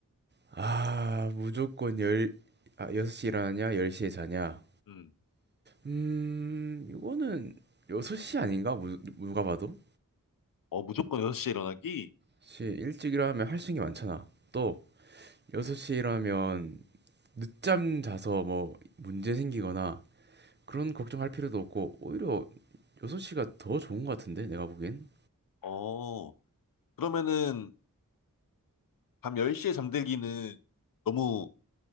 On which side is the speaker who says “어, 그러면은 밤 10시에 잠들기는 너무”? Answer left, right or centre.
Left